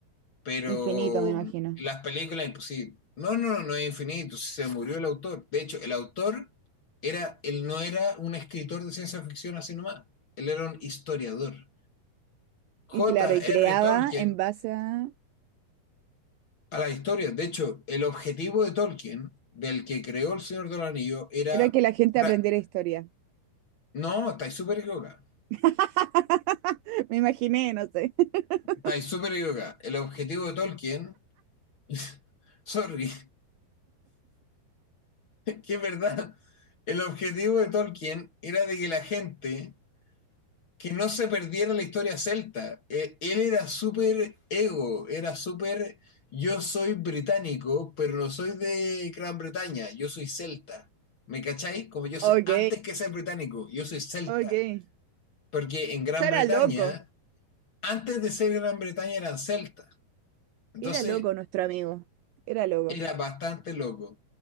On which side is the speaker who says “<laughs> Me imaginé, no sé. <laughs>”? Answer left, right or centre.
Right